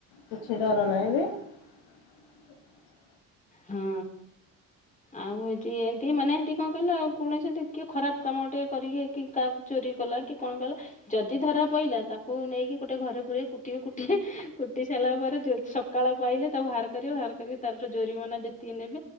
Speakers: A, on the left; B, on the left.
A: କିଛି ଡର ନାହିଁ। <unintelligible>
B: ହଁ ଆଉ ହେଠି ଏମିତି ମାନେ ଏମତି କଣ କହିଲ କୌଣ ସେତି କିଏ ଖରାପ କାମ ଟିକେ କରିକି କି କାହାକୁ ଚୋରି କଲା କି କଣ କହିଲ ଯଦି ଧରା ପଇିଲଲା ତାକୁ ନେଇକି ଗୋଟେ ଘରେ ପୁର କୁଟିବ କୁଟି କୁଟି ସାରିଲା ପରେ ସକାଳ ପାଇଲେ ତାକୁ ହାର କରିବ ହାର କରିକି ତାର ଯେତିକି ନେ